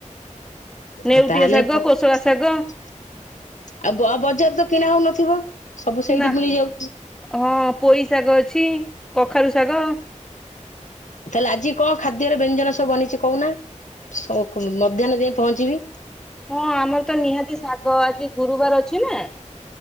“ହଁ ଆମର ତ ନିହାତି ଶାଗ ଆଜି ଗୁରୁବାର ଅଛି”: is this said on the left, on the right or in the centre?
Centre